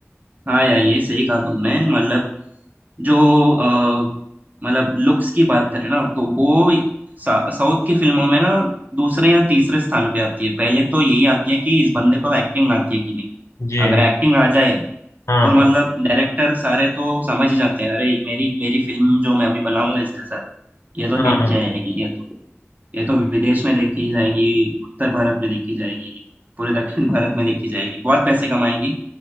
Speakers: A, on the right (about 35°); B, on the left (about 80°).
A: हाँ यार ये सही कहा तुमने मतलब जो अ, मतलब लुक्स की बात करें ना तो वो एक सा- साउथ की फिल्मों में ना दूसरे या तीसरे स्थान पे आती है पहले तो यही आती है कि इस बंदे को एक्टिंग आती है कि नहीं
B: हूँ ये
A: अगर
B: है
A: एक्टिंग आ जाए
B: हाँ
A: तो
B: हाँ
A: मतलब डायरेक्टर सारे तो समझ ही जाते हैं अरे मेरी मेरी फिल्म जो मैं अभी बनाऊंगा इसके साथ ये तो
B: हाँ
A: हिट
B: हाँ
A: जाएगी ये तो ये तो विदेश में देखी जाएगी उत्तर भारत में देखी जाएगी पूरे दक्षिण भारत में देखी जाएगी बहुत पैसे कमाएगी